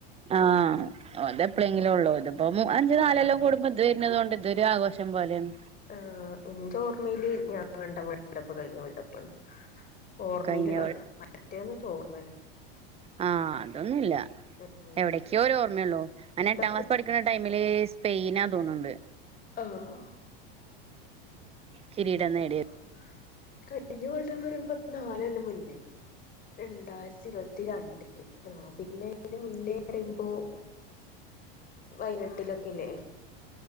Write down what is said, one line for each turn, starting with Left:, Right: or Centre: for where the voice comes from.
Right: ആഹ് അത എപ്പോഴെങ്കിലും ഉള്ളൂ ഇതിപ്പോ അഞ്ചു നാലെല്ലാം കൂടുമ്പോ ഇത് വരുന്നുന്നത് കൊണ്ട് ഇതൊരു ആഘോഷം പോലെയാണ്
Left: ആഹ് എന്റെ ഓർമയില് ഞാൻ കണ്ട വേൾഡ് കപ്പ് കഴിഞ്ഞ വേൾഡപ്പാണ് ഓർമ്മേലുള്ളത്
Right: കഴിഞ്ഞ
Left: മറ്റേന്ന് ഇച്ച് ഓർമ്മല്ല
Right: ആഹ അതൊന്നുല്ല
Left: ഉം
Right: എവിടെ ഒരോർമ്മയള്ളോ
Left: വേൾഡ്
Right: എട്ടാം
Left: കപ്പ്
Right: ക്ലാസ് പഠിക്കുന്ന ടൈമില് സ്പെയിനാ തോന്നുണ്ട്
Left: ആഹ്
Right: കിരീടം നേടിയ
Left: <inaudible> കഴിഞ്ഞ വേൾഡപ്പ് പറയുമ്പോ നാലൊല്ലം മുന്നേ രണ്ടായിരത്തി ഇരുപത്തിരണ്ടില് ആഹ് പിന്നെ അയ്ന്റെ മുന്നേ പറയുമ്പോ
Right: അ <inaudible>
Left: പൈനിട്ടിലൊക്കെ ല്ലേ